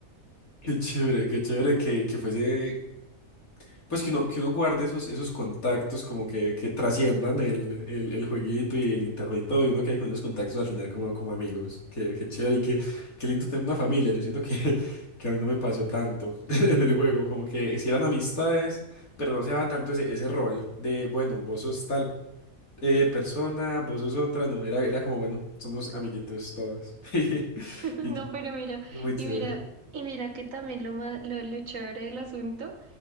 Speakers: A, on the left (about 80°); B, on the right (about 65°).
A: Qué chévere, qué chévere que, que fuese Pues que uno, que uno guarde esos, esos contactos como que, que trasciendan el, el, el jueguito y el internet y todo, y uno quede con esos contactos al final como, como amigos. Qué, qué chévere y qué, qué lindo tener una familia. Yo siento que, <laughs> que a mí no me pasó tanto <laughs> en el juego, como que si eran amistades, pero no se daba tanto ese, ese rol de, bueno, vos sos tal eh, persona, vos sos otra, no, era, era como, bueno, somos amiguitos todos. <laughs>
B: <laughs>
A: Y
B: No, pero mira,
A: y muy chévere.
B: y mira, y mira que también lo, ma- lo, lo chévere del asunto